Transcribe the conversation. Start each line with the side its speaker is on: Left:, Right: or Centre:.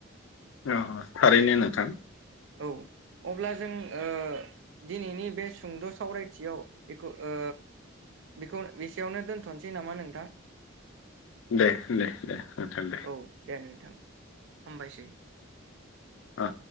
Left: औ थारैनो नोंथां।
Right: औ। अब्ला जों ओ दिनैनि बे सुंद' सावरायथियाव एखौ ओ बेखौ बेसेयावनो दोनथ'नोसै नामा नोंथां?
Left: दे दे दे ओथोन दे।
Right: औ दे नोंथां हामबायसै।
Left: आ।